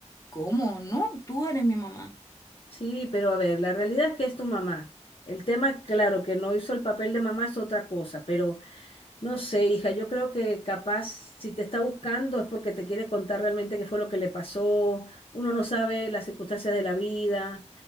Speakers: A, on the left; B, on the left.
A: ¿Cómo? No, tú eres mi mamá.
B: sí, pero a ver, la realidad es que es tu mamá. El tema, claro, que no hizo el papel de mamá es otra cosa, pero no sé, hija, yo creo que capaz si te está buscando es porque te quiere contar realmente qué fue lo que le pasó. Uno no sabe las circunstancias de la vida.